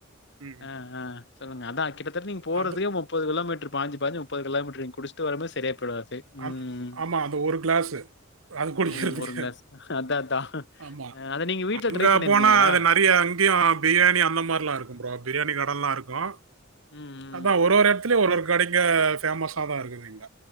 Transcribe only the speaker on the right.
ம்,
அது
அ ஆமா அது ஒரு கிளாசு அது குடிக்கிறதுக்கு
ஆமா
அங்க
போனா அது நிறைய அங்கேயும் பிரியாணி அந்த மாதிரி எல்லாம் இருக்கு ப்ரோ பிரியாணி நல்லா இருக்கு
அதான் ஒரு ஒரு இடத்துல ஒரு ஒரு கடை இங்க பேமஸா தான் இருக்குது இங்க